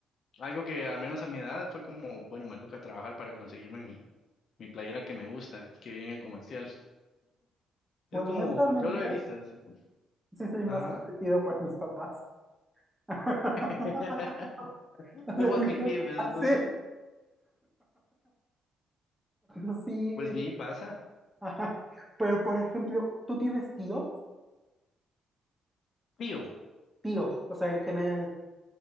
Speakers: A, on the left; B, in the centre.
A: Algo que al menos a mi edad fue como, bueno, me toca trabajar para conseguirme mi, mi playera que me gusta, que vi en el comercial.
B: Bueno,
A: Es como,
B: honestamente,
A: yo lo he visto desde ese punto.
B: sí soy
A: Ajá.
B: más consentido por mis papás. <laughs>
A: <laughs>
B: <laughs>
A: Debo admitirles
B: Así,
A: esto. de-
B: así,
A: Pues sí, pasa.
B: ajá. Pero por ejemplo, ¿tú tienes tíos?
A: Tío.
B: Tíos, o sea, en general,